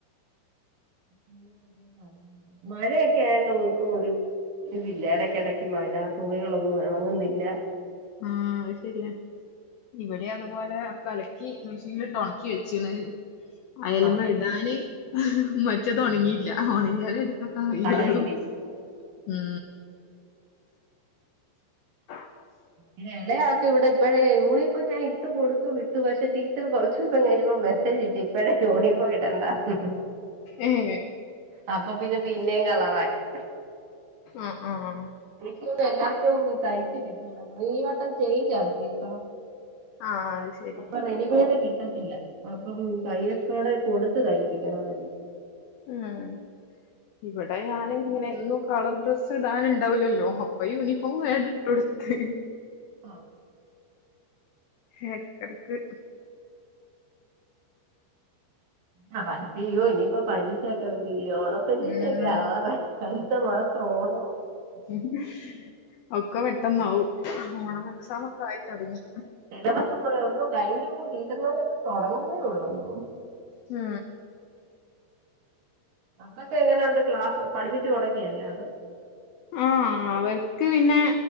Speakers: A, on the right; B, on the left.
A: <inaudible> മഴയൊക്കെ ആയോണ്ട് വീട്ടില് ഒരു ഇതില്ല. എടയ്ക്കെടയ്ക്ക് മഴ തുണികളൊന്നും എണങ്ങുന്നില്ല.
B: ആഹ് അഹ് ശെരിയാ. ഇവിടെ അതുപോലെ ഒക്ക അലക്കി മെഷീൻല് ഇട്ട് ഒണക്കി വെച്ചിണ്. അയല്മെ
A: ആ
B: ഇടാന് ഇഹ് മറ്റത് ഒണങ്ങീല്ല. ഓണങ്ങിയാലെ ഇട് ത്തെക്കാൻ കഴിയൊള്ളു.
A: സ്ഥലമില്ല
B: മ് <inaudible>
A: ഇങ്ങനെ എളയാക്ക് ഇവിടെ ഇപ്പഴേ യൂണിഫോം ഞാൻ ഇട്ടു കൊടുത്തു വിട്ടു. പക്ഷെ, ടീച്ചറ് കൊറച്ചൂസം കഴിഞ്ഞപ്പോ മെസ്സേജ് ഇട്ടേ ഇപ്പയെ യൂണിഫോം ഇടണ്ടാന്ന്.
B: ഏഹ്
A: അപ്പൊ പിന്നെ പിന്നേം കളറാക്കി.
B: ആഹ് ആഹ്
A: ഇനിക്ക് തോന്ന്ണെ എല്ലാർക്കും തയ്ച്ച് കിട്ടില്ല തോന്നു ഇനി യൊട്ടം ചെയ്ഞ്ച് ആക്കിട്ടോ.
B: അത് ശരി
A: അപ്പ റെഡിമെയ്ഡ് കിട്ടത്തില്ല. അപ്പം തയ്യൽക്കടെ കൊട്ത്ത് തയ്പ്പിക്കണമായിര്ന്നു.
B: ആഹ് ഇവിടെ ഞാന് ഇങ്ങനെന്നും കളർ ഡ്രസ്സ് ഇടാന് ഇണ്ടാവ് ലല്ലോ അപ്പ യൂണിഫോം വേം ആണ്ട് ഇട്ടൊട്ത്.
A: ആഹ്
B: എടക്കെടക്ക്.
A: ആ പഠിപ്പ് യ്യോ ഇനിയിപ്പോ പരീക്ഷയൊക്കെ വെര്ല്ലേ ഓണം. <unintelligible>
B: ഉം
A: ആവാതെ അട്ത്ത മാസം ഓണോ?
B: ഇഹ് ഒക്ക പെട്ടന്നാവും. ഓണം എക്സാമൊക്കെ ആയി തൊടങ്ങി.
A: സിലബസ്സ് ഇപ്പ ഒന്നും കഴിഞ്ഞുവോ ടീച്ചർമാരങ്ങ് തൊടങ്ങുന്നേ ഒള്ളു തോന്ന്.
B: മ്
A: അവിടൊക്കെ എങ്ങനെണ്ട് ക്ലാസ് പഠിപ്പിച്ച് തൊടങ്ങിയൊ എല്ലാതും.
B: ആഹ് അവർക്ക് പിന്നെ